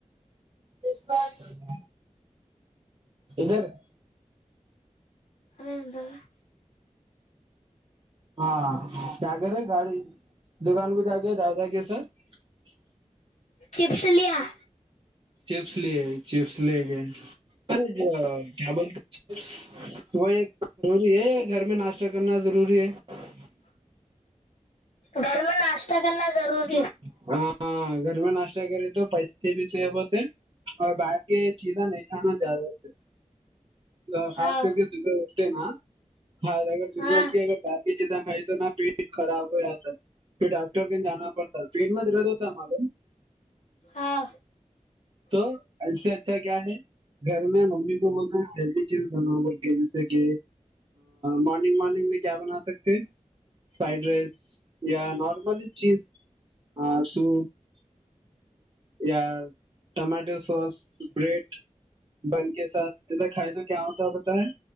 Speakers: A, on the right; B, on the left.
A: جس <inaudible> ادھر <unintelligible>
B: ہمنایںند <unintelligible>
A: ہاں کیا کرے گاڑی دکان بھیہ جا کے زیادہ کیسے <unintelligible>
B: چپس لیا <unintelligible>
A: چپس لیے <unintelligible> چپس لے گئے ارے ج کیا بول <unintelligible> وہ ایک ضروری ہے <unintelligible> گھر میں ناشتہ کرنا ضروری ہے <unintelligible>
B: گھر میں ناشتہ کرنا ضروری
A: ہ <unintelligible>
B: <unintelligible>
A: ہاں گھر میں ناشتہ کرے تو پیسے بھی سیف ہوتے اور باہر کی چیزاں نہیں <unintelligible> انا زیادہ خاص
B: ہاؤ
A: کر کے س <unintelligible> اتے ن <unintelligible> ہاں اگر صبح
B: ہاں
A: اٹھ کے اگر باقیز <unintelligible> کھائی تو نہ پیٹ خراب ہو جاتا ہے پھر ڈاکٹر کےیں جانا پڑتا <unintelligible> سیڈ م رد ہوتا مارم <unintelligible>
B: ہاں <unintelligible>
A: تو ایسے <unintelligible> اچھا کیا ہے <unintelligible> گھر میں ممی کو بولتا ہے ہیلدی چیز بناؤ بول کے جیسے کہ مارننگ مارننگ میں کیا بنا سکتے فرائیڈ رائس یا نارملی چیز سوپ <unintelligible> یا ٹماٹو سوس بریڈ بن کے ساتھ کھائے تو کیا ہوتا بتائیں